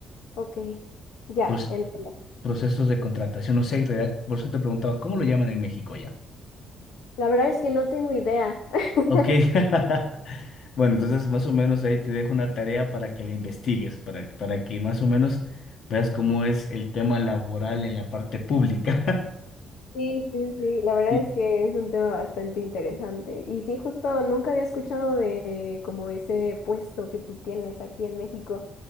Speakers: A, on the left; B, on the left.
A: Ok, ya,
B: Pues
A: entiendo.
B: procesos de contratación, no sé, en realidad, por eso te preguntaba, ¿cómo lo llaman en México ya?
A: La verdad es que no tengo idea. <laughs>
B: Ok. <laughs> Bueno, entonces más o menos ahí te dejo una tarea para que la investigues, para, para que más o menos veas cómo es el tema laboral en la parte pública.
A: Sí, sí, sí,
B: <laughs>
A: la verdad
B: Y,
A: es que es un tema bastante interesante. Y sí, justo nunca había escuchado de como ese puesto que tú tienes aquí en México.